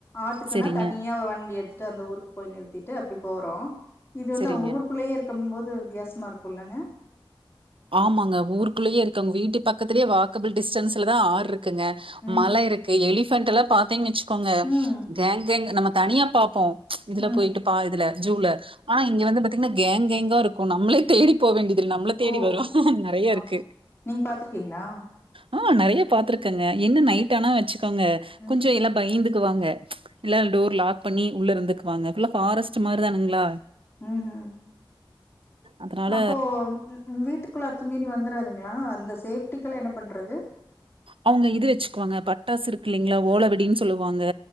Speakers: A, on the left; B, on the right.
A: ஆத்துக்குன்னா
B: சரிங்க,
A: தனியா ஒரு வண்டி எடுத்து ட்டு அந்த ஊருக்கு போய் நிறுத்திட்டு அப்டி போறோ இது வந்து
B: சரிங்க.
A: அவுங்க ஊருக்குள்ளயே இருக்கும் போ து வித்தியாசமா இருக்குல்லங்க
B: ஆமாங்க ஊருக்குள்ளயே இருக்கங்க வீட்டு பக்கத்துலே வாக்கபிள் டிஸ்டன்ஸ்ல தா ஆறு இரு க்குங்க
A: ம்ஹ்ம்.
B: மல இருக்கு எலிஃ பேன்டெல்லா பாத்தீங்கச்சு க்கோங்க
A: ம்.
B: கேங் கேங் நமக் தனியா பாப்போ இதுல
A: ம்.
B: போயிட்டு பா இதுல ஜூல ஆனா இங்க வந்து பாத்திங்னா கேங் கேங்கா இருக்கு நம்மளே தேடி போவேண்டியதில் நம்ள தேடி
A: ஓ!
B: வரு நறையருக்கு
A: அப் நீங்க பாத்துருக்கீங்களா?
B: ஆ நறைய பாத்துருக்கங்க என்ன நைட் ஆனா வச்சு க்கங்க
A: ம்.
B: கொஞ்சொ எல்லா பயந்து க்குவாங்க எல்லா டோர் லாக் பண்ணி உள்ள இருந்துக்குவாங்க ஃபுல்லா ஃபாரஸ்ட்டு மாருதானுங்ளா
A: ம்ஹும்
B: அதனால
A: அப்போ ம் ம் வீட்டுக் குள்ள அத்து மீறி வந்துராதுங்ளா அ ந்த சேப்டிக்க. லா என்ன பண்றது
B: அவுங்க இது வச்சுக்குவாங்க பட்டாசு இரு க்கில்லிங்ளா ஓலவெடின் சொல்லுவாங்க